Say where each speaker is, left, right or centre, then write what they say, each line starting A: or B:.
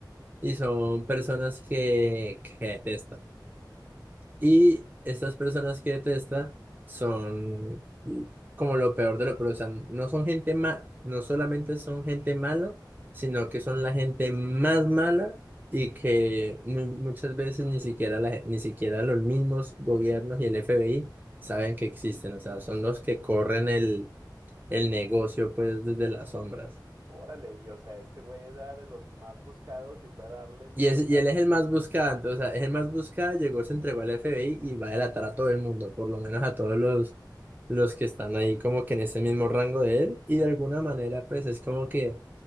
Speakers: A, on the right; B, on the right.
A: Y son personas que, que detesta. Y estas personas que detesta son como lo peor de lo peor. O sea, no son gente ma, no solamente son gente mala, sino que son la gente más mala y que mu- muchas veces ni siquiera la, gen- ni siquiera los mismos gobiernos y el FBI saben que existen. O sea, son los que corren el, el negocio pues desde las sombras.
B: Órale, y o sea, este güey era de los más buscados y fue a darles
A: Y,
B: toda...
A: es- y él es el más buscado, entonces, o sea, es el más buscado, llegó, se entregó al FBI y va a delatar a todo el mundo, por lo menos a todos los, los que están ahí como que en ese mismo rango de él, y de alguna manera pues es como que